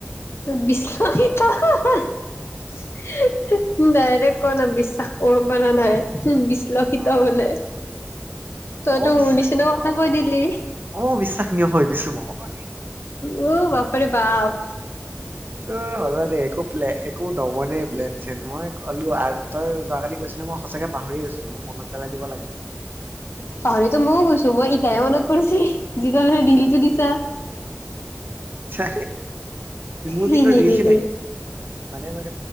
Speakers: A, on the left (about 70°); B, on the right (about 50°).
A: বিশ্বাসিত ডাইৰেক্ ক না বিশ্বাস কৰো বা নাই। বিশ্লেষিত
B: অ
A: বোলে তইতো
B: অবিশ্বাসনীয়
A: মোৰ নিচিনা কথা কৈ দিলি
B: অবিশ্বাসনীয় হৈ গৈছো মই হয়।
A: উম বাপাৰে বাপ।
B: উ সঁচা দে একো পে একো। নৱনে প্লেন চেন মই। হলো তই যোৱাকালি কৈছিলি মই সঁচাকে পাহৰি গৈছিলো। মোক মনত পেলাই দিব লাগে।
A: পাহৰিতো ময়ো গৈছো মই এতিয়াহে মনত পৰিছে যিজে দিল টো দিছা।
B: চা মোৰ
A: হি
B: কিন্তু
A: হি
B: ৰিলচ
A: হি
B: চিল
A: হি
B: আহি আছে মানে। মানে মই